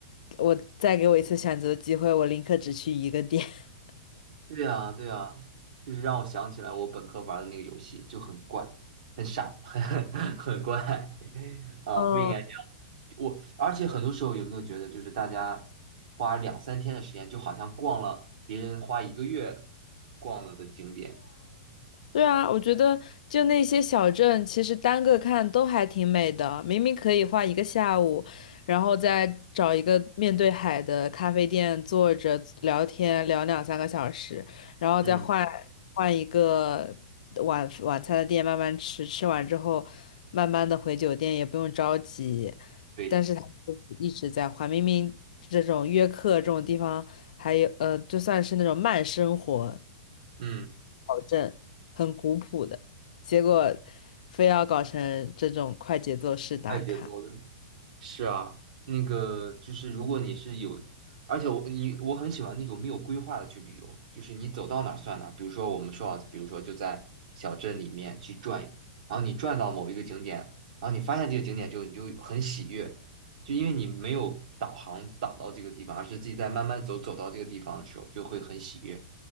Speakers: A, on the left (about 60°); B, on the right (about 60°).
A: 我再给我一次选择的机会，我宁可只去一个点。<laughs>
B: 对呀对呀，就是让我想起来我本科玩的那个游戏就很怪，很傻，<laughs> 很很怪 <laughs> 啊，
A: 嗯
B: 不应该。我而且很多时候有没有觉得，就是大家花两三天的时间，就好像逛了别人花一个月逛了的景点。
A: 对啊，我觉得就那些小镇，其实单个看都还挺美的。明明可以画一个下午，然后再找一个面对海的咖啡店坐着聊天，聊两三个小时，然后再换换一个
B: 嗯，
A: 晚晚餐的店慢慢吃，吃完之后慢慢的回酒店，也不用着急。
B: 对，
A: 但是他就是一直在换，明明这种约克这种地方。还有呃，就算是那种慢生活
B: 嗯，
A: 保证很古朴的，结果非要搞成这种快节奏式打卡。
B: 快节奏的。是啊，那个就是如果你是有，而且我你我很喜欢那种没有规划的去旅游，就是你走到哪儿算哪儿。比如说我们说啊，比如说就在小镇里面去转，然后你转到某一个景点，然后你发现这个景点之后，你就很喜悦，就因为你没有导航导到这个地方，而是自己在慢慢走走到这个地方的时候，就会很喜悦，